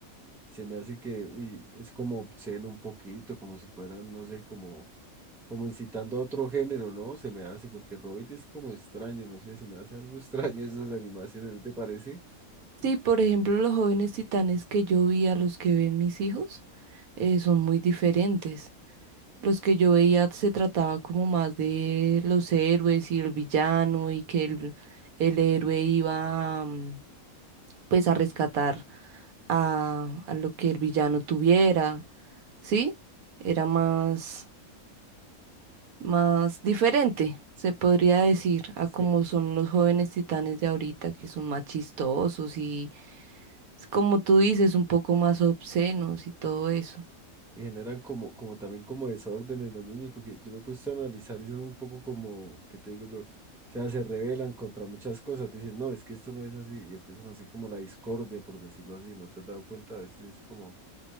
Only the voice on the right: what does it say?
Sí, por ejemplo, los Jóvenes Titanes que yo vi a los que ven mis hijos eh, son muy diferentes. Los que yo veía se trataba como más de los héroes y el villano y que el, el héroe iba mm, pues a rescatar a, a lo que el villano tuviera, ¿sí? Era más... más diferente, se podría decir, a
como son los jóvenes titanes de ahorita, que son más chistosos y, s- como tú dices, un poco más obscenos y todo eso.